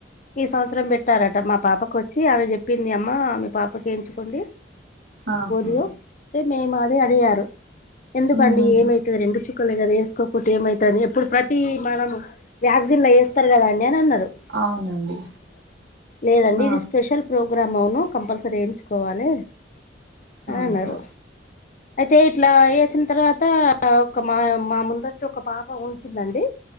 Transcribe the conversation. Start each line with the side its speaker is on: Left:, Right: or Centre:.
Left: ఈ సంవత్సరం పెట్టారట మా పాపకు వచ్చి ఆమె చెప్పింది అమ్మ మీ పాపకి ఎయించుకోండి.
Right: ఆహా
Left: పోలియో మేము అదే అడిగారు ఎందుకండి
Right: ఉహుం.
Left: ఏమై తే రెండు చుక్కలే కదా వేసుకోకపోతే ఏమైతది ఎప్పుడు ప్రతి మనం వ్యాక్సిన్లో వేస్తారు కదాండి అని అన్నారు.
Right: అవునండి
Left: లేదండి
Right: ఆ
Left: ఇది స్పెషల్. ప్రోగ్రామ్ అవును కంపల్సరీ వేయించుకోవాలి. అని
Right: ఆహా
Left: అన్నారు అయితే ఇట్లా వేసిన తర్వాత ఒక మా మా ముందటి ఒక పాప ఉంచిందండి.